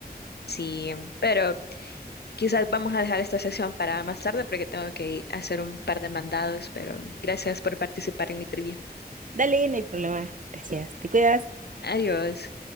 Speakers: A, on the left (about 75°); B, on the right (about 50°).
A: Sí, pero quizás vamos a dejar esta sesión para más tarde porque tengo que hacer un par de mandados, pero gracias por participar en mi trivia.
B: Dale, no hay problema. Gracias. Te cuidas.
A: Adiós.